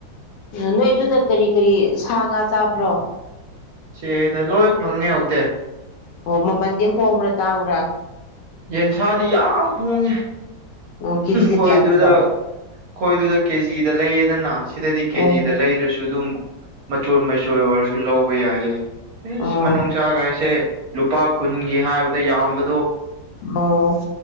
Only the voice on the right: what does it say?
ꯆꯦꯗ ꯂꯣꯏ ꯐꯪꯉꯦ ꯍꯥꯎꯇꯦ
ꯌꯦꯟꯁꯥꯗꯤ ꯌꯥꯝ ꯍꯣꯡꯉꯤ
ꯈꯣꯏꯗꯨꯗ
ꯈꯣꯏꯗꯨꯗ ꯀꯦꯖꯤꯗ ꯂꯩꯌꯦꯗꯅ ꯁꯤꯗꯗꯤ ꯀꯦꯖꯤꯗ
ꯂꯩꯗ꯭ꯔꯁꯨ ꯑꯗꯨꯝ ꯃꯆꯣꯏ ꯃꯆꯣꯏ ꯑꯣꯏꯔꯁꯨ ꯂꯧꯕ ꯌꯥꯏꯌꯦ
ꯃꯅꯨꯡꯁꯥꯒꯥꯏꯁꯦ ꯂꯨꯄꯥ ꯀꯨꯟꯒꯤ ꯍꯥꯏꯕꯗ ꯌꯥꯝꯕꯗꯣ